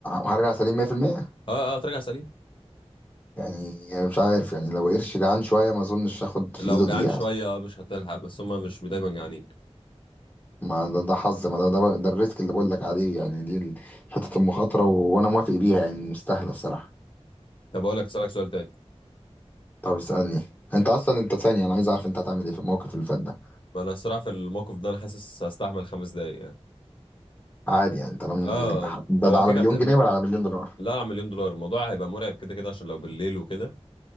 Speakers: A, on the left; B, on the left.
A: هرجع سليم 100%
B: اه اه ترجع سليم
A: يعني أنا مش عارف يعني لو قرش جعان شويه ما اظنش هاخد
B: لو
A: في ايده
B: جعان
A: دي يعني
B: شويه آه، مش هتلحق بس هما مش دايما جعانين
A: ما ده, ده حظ ما ده, ده ده الريسك اللي بقول لك عليه يعني دي ال- حته المخاطره و... وانا موافق بيها يعني مستاهله الصراحه
B: طب اقول لك اسالك سؤال تاني
A: طب اسالني انت اصلا انت ثانيه انا عايز اعرف انت هتعمل ايه في الموقف اللي فات ده
B: ما انا الصراحه في الموقف ده انا حاسس هستحمل خمس دقايق يعني
A: عادي يعني طالما
B: اه
A: ال- ده,
B: هو
A: ده على
B: كده
A: مليون
B: الم-
A: جنيه ولا
B: الم-
A: على مليون دولار
B: لا على مليون دولار الموضوع هيبقى مرعب كده كده عشان لو بالليل وكده